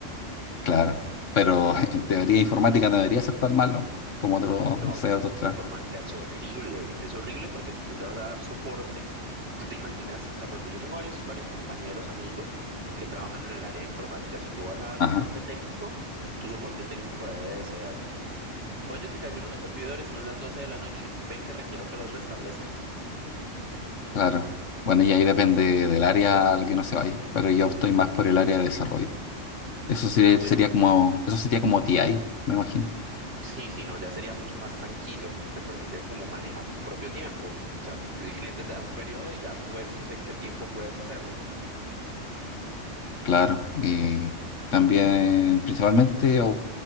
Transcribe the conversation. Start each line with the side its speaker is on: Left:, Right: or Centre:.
Left: claro, pero <laughs> en teoría informática no debería ser tan malo como otro,
Right: No,
Left: no sé, otro trabajo.
Right: informática es horrible. Es horrible porque si tú te vas a dar soporte, tú te imaginas, o sea, por ejemplo, yo tengo varios, varios compañeros, amigos que trabajan en el área de informática. Si tú vas a dar
Left: Ajá,
Right: soporte técnico, tu soporte técnico debe de ser, oye, se cayeron los servidores, son las 12 de la noche, ven que requiero que los restablezcas.
Left: claro. Bueno, y ahí depende del área al que no se vaya, pero yo estoy más por el área de desarrollo. Eso sería,
Right: Ah, bueno,
Left: sería como, eso sería como TI, me imagino.
Right: sí, sí, no, ya sería mucho más tranquilo porque te permite como manejar tu propio tiempo. O sea, el cliente te da un periodo y ya tú ves en qué tiempo puedes hacerlo.
Left: Claro, y también principalmente, o